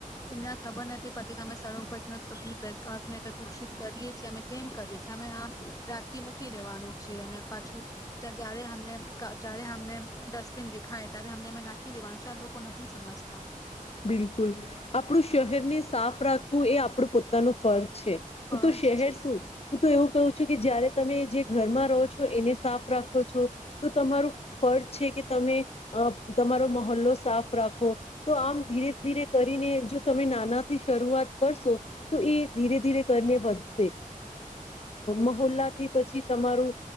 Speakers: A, on the left; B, on the left.
A: એમને આ ખબર નથી પડતી કે અમે સક ઉપ અર્થને દૂષિત કરીએ છીએ અમે કેમ કરીએ છીએ અમે આ, રાખી મૂકી લેવાનું છે અને પાછું જ્યારેમને જય્યારે અમને ડસ્ટબિન દેખાય ત્યારે અમને નાખી દેવાનું છે લોકો નથી સમજતા.
B: બિલકુલ, આપણું શહેરને સાફ રાખવું એ આપણું પોતાનું ફર્જ છે,
A: ફર્જ
B: હું તો શહેર
A: છે
B: શું હું તો એવું ક કે જયારે તમે જે ઘરમાં રહો છો એને સાફ રાખો છો, તો તમારું ફર્જ છે કે તમે, તમારો મહહોલ્લો સાફ રાખો તો આમ ધીરે ધી કરીને જો તમે નાનાથી શરૂઆત કરશો, તો એ ધીરે ધીરે કરીને વધશે, મહોલ્લા થી પછી તમારું,